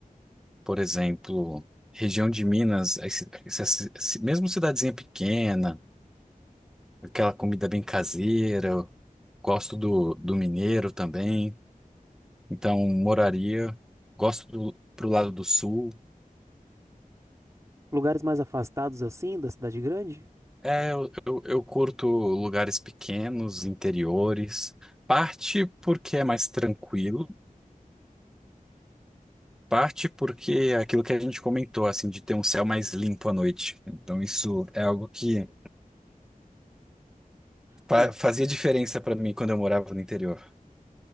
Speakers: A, in the centre; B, on the right.
A: Por exemplo, região de Minas, esse- essa ci- ci- mesmo cidadezinha pequena, aquela comida bem caseira. eu Gosto do, do mineiro também. Então, moraria. Gosto do, pro lado do sul.
B: Lugares mais afastados assim da cidade grande?
A: É, eu, eu, eu curto lugares pequenos, interiores, parte porque é mais tranquilo, parte porque é aquilo que a gente comentou, assim, de ter um céu mais limpo à noite. Então, isso é algo que fa-
B: É,
A: fazia diferença para mim quando eu morava no interior.